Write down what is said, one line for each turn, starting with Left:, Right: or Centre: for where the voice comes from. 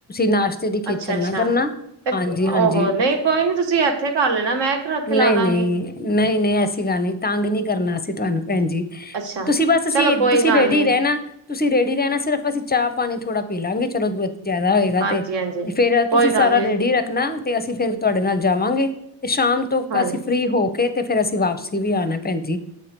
Left: ਨਾਸ਼ਤੇ ਦੀ ਖੇਚਲ
Right: ਅੱਛਾ-ਅੱਛਾ
Left: ਨਾ ਕਰਨਾ
Right: ਤੇ
Left: ਹਾਂਜੀ
Right: ਉਹ-ਉਹ
Left: ਹਾਂਜੀ
Right: ਨਹੀਂ ਕੋਈ ਨੀ ਤੁਸੀਂ ਇੱਥੇ ਕਰ ਲੈਣਾ, ਮੈਂ ਖਿਲਾ
Left: ਨਹੀਂ, ਨਹੀਂ,
Right: ਦਾਂਗੀ
Left: ਨਹੀਂ, ਨਹੀਂ ਐਸੀ ਗੱਲ ਨਹੀਂ ਤੰਗ ਨਹੀਂ ਕਰਨਾ ਅਸੀਂ ਤੁਹਾਨੂੰ। ਭੈਣਜੀ
Right: ਅੱਛਾ
Left: ਤੁਸੀਂ ਬਸ ਅਸੀਂ,
Right: ਚਲੋ ਕੋਈ
Left: ਤੁਸੀਂ
Right: ਗੱਲ
Left: ਰੇਡੀ
Right: ਨੀ
Left: ਰਹਿਣਾ। ਤੁਸੀਂ ਰੇਡੀ ਰਹਿਣਾ, ਸਿਰਫ ਅਸੀਂ ਚਾਹ ਪਾਣੀ ਥੋੜਾ ਪੀ ਲਾਂਗੇ ਚਲੋ ਜ਼ਿਆਦਾ ਹੋਏਗਾ
Right: ਹਾਂਜੀ
Left: ਤੇ,
Right: ਹਾਂਜੀ
Left: ਫੇਰ
Right: ਕੋਈ
Left: ਤੁਸੀਂ ਸਾਰਾ
Right: ਗੱਲ ਨੀ
Left: ਰੇਡੀ ਰੱਖਣਾ। ਤੇ ਅਸੀਂ ਫਿਰ ਤੁਹਾਡੇ ਨਾਲ ਜਾਵਾਂਗੇ। ਤੇ ਸ਼ਾਮ ਤੋਂ
Right: ਹਾਂਜੀ
Left: ਅਸੀਂ ਫ੍ਰੀ ਹੋ ਕੇ ਤੇ ਫੇਰ ਅਸੀਂ ਵਾਪਸੀ ਵੀ ਆਣਾ ਭੈਣ ਜੀ